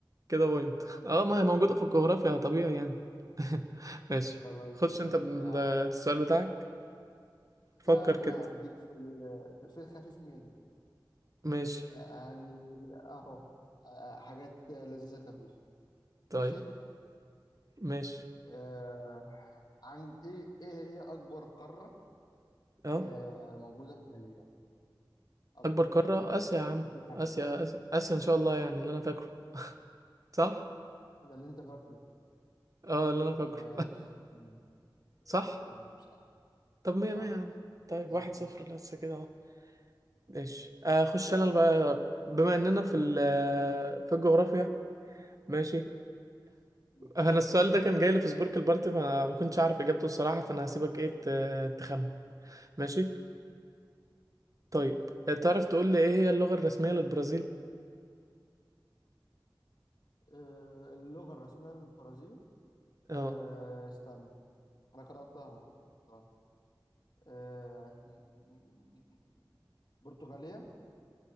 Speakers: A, on the right; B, on the left.
A: كده بوينت <laughs> اه ما هي موجوده في الجغرافيا طبيعي يعني <laughs> ماشي
B: خلاص
A: خش
B: ماشي
A: انت بال-
B: يا عم
A: بالسؤال بتاعك فكر
B: يا عم
A: كده
B: هديك في ال- في الخفيف منه
A: ماشي
B: يعني اهو آه، حاجات لذيذة خفيفة
A: طيب
B: ماشي
A: ماشي
B: آه عن ايه ايه هي اكبر قارة
A: اه
B: آه موجودة حاليا اكبر
A: اكبر
B: قارة
A: قارة
B: بقى بقى.
A: اسيا يا عم
B: مفيش حاجة
A: اسيا
B: بقى.
A: اسيا, آسيا ان شاء الله يعني اللي انا فاكره صح
B: ده اللي انت فاكره
A: اه اللي انا فاكره
B: ماشي تمام ماشي
A: صح
B: تمام صح
A: طب مية مية
B: صح
A: يا عم طيب
B: تمام.
A: واحد صفر لسه كده اهو ماشي اخش انا بقى بما اننا في ال في الجغرافيا ماشي
B: خش
A: انا السؤال ده كان جاي لي في سبورك البارتي فما كنتش اعرف اجابته الصراحة فانا هسيبك ايه ت- تخمن ماشي طيب آه، تعرف تقول لي ايه هي اللغة الرسمية للبرازيل
B: آه، اللغة الرسمية للبرازيل
A: اه
B: آه، استنى أنا قرأتها قرأتها آه، م- م- م- م- برتغالية